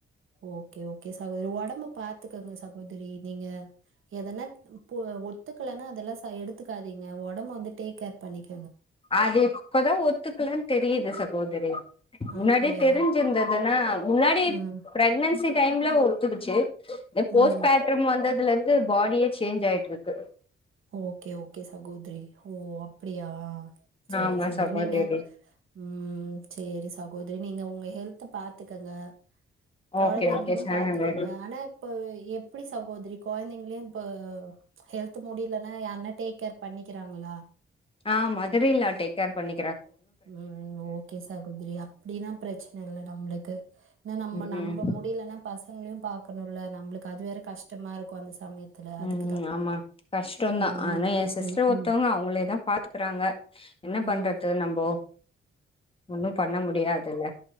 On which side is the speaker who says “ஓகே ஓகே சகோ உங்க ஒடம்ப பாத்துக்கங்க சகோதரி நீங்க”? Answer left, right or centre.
Right